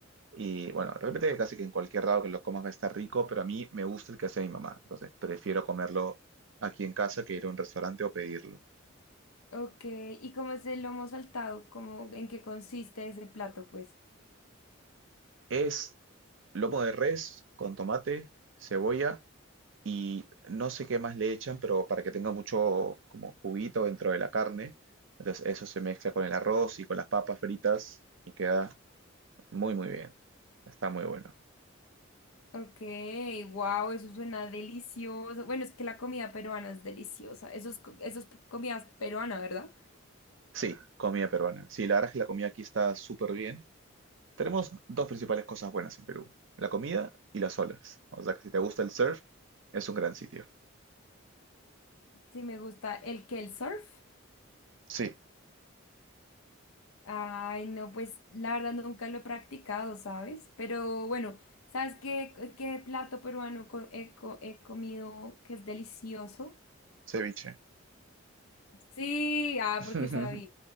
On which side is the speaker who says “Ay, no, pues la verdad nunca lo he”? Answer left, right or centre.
Left